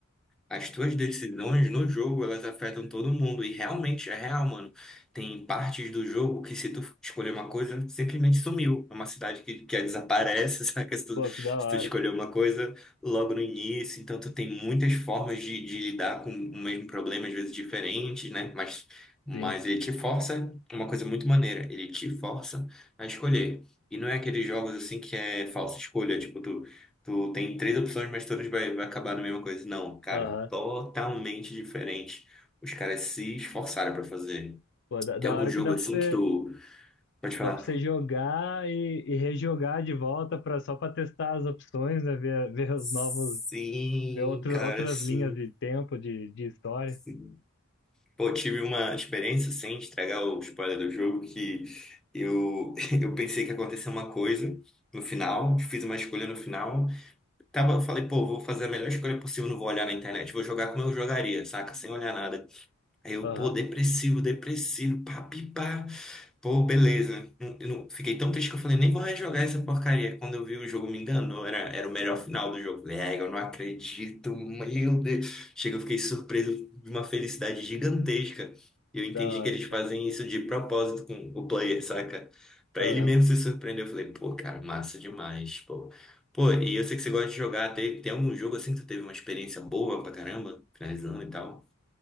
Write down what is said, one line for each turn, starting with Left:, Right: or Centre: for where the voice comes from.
Centre: as tuas decisões no jogo, elas afetam todo mundo. E realmente é real, mano. Tem partes do jogo que se tu escolher uma coisa, simplesmente sumiu. É uma cidade que, que desaparece, <laughs> saca? Se tu,
Left: Pô,
Centre: se
Left: que da hora.
Centre: tu escolher uma coisa logo no início. Então tu tem muitas formas de, de lidar com o mesmo problema, às vezes diferentes, né? Mas, mas
Left: Sim.
Centre: ele te força, uma coisa muito maneira, ele te força a escolher. E não é aqueles jogos assim que é falsa escolha, tipo, tu Tu tem três opções, mas todas vai, vai acabar na mesma coisa. Não, cara,
Left: Aham.
Centre: totalmente diferente. Os caras se esforçaram pra fazer.
Left: Pô, da, da
Centre: Tem algum
Left: hora
Centre: jogo
Left: que dá pra
Centre: assim
Left: você,
Centre: que tu pode falar?
Left: dá pra você jogar e, e rejogar de volta pra, só pra testar as opções, né? Ver, ver os
Centre: Sim,
Left: novos, ver outro,
Centre: cara,
Left: outras
Centre: sim,
Left: linhas de tempo, de, de história.
Centre: sim. Pô, tive uma experiência sem estragar o spoiler do jogo que eu, <laughs> eu pensei que aconteceu uma coisa no final, fiz uma escolha no final. Tava, eu falei, pô, vou fazer a melhor escolha possível, não vou olhar na internet, vou jogar como eu jogaria, saca? Sem olhar nada. Eu,
Left: Aham.
Centre: pô, depressivo, depressivo, pá, pi, pá. Pô, beleza. Não- Eu não, fiquei tão triste que eu falei, nem vou rejogar essa porcaria. Quando eu vi o jogo, me enganou. Era, era o melhor final do jogo. Falei, ai, eu não acredito, meu Deus. Chega, eu fiquei surpreso de uma felicidade gigantesca. E eu entendi
Left: Da hora.
Centre: que eles fazem isso de propósito com o player, saca? Pra
Left: Aham.
Centre: ele mesmo se surpreender. Eu falei, pô, cara, massa demais, pô. Pô, e eu sei que você gosta de jogar. Tem, tem algum jogo assim que tu teve uma experiência boa pra caramba? Finalizando e tal?